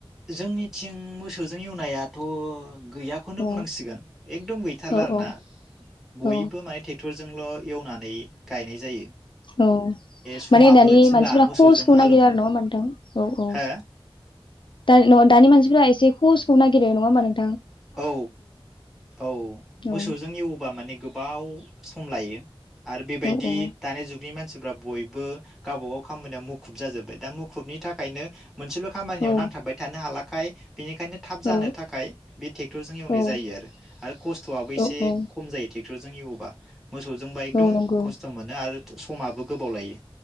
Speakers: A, in the centre; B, on the left (about 55°).
A: जोंनिथिं मोसौजों एवनाया थ' गैयाखौनो
B: औ
A: बुंनांसिगोन एकदम गैथारला
B: औ
A: आरो
B: औ
A: ना बयबो
B: औ
A: माने ट्रेक्टर जों जोंल' एवनानै गायनाय जायो।
B: औ
A: समाबो
B: माने दानि
A: थिनला
B: मानसिफोरा
A: मोसौजों
B: कसखौ
A: हालौनो
B: नागिरा आरो नङा होमबा नोंथां औ औ।
A: हो
B: दा नङा दानि मानसिफोरा एसे खसखौ नागिरो नङा होमब नों
A: औ औ
B: औ
A: मोसौजों एवोबा माने गोबाव सम लायो। आरो बेबायदि
B: औ औ
A: दानि जुगनि मानसि मानसिफ्रा बयबो गावबा गाव खामानियाव मुखुब जाजोबबाय दा मुखुबनि थाखायनो मोनसेल खामानियाव
B: औ
A: नांथाबबाय थानो हाला खाय बिनिखायनो थाब जानो
B: औ
A: थाखाय बे ट्रेक्टरजों एवनाय
B: औ
A: जायो आरो खस्थ आबो एसे
B: औ औ
A: खम जायो। ट्रेक्टरजों एवोबा। मोसौजोंबा एकदम
B: औ नंगौ
A: खस्थ मोनो आरो थो समाबो गोबाव लायो।